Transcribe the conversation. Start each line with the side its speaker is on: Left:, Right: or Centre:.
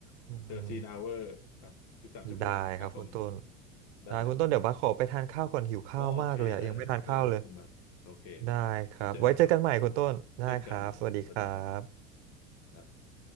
Right: อืม
Left: 13 hour ครับ13ชั่วโมงครับผม
Right: ได้ครับคุณต้น
Left: ได้
Right: ได้คุณต้นเดี๋ยวบัสขอไปทานข้าวก่อนหิวข้าวมากเลยอะยังไม่ทานข้าวเลย
Left: อ๋อโอเคได้เลยครับได้เลยครับคุณบัตรโอเค
Right: ได้ครับไว้เจอกันใหม่คุณต้นได้ครับสวัสดีครับ
Left: ไปเจอกันครับเช่นกันสวัสดีครับครับ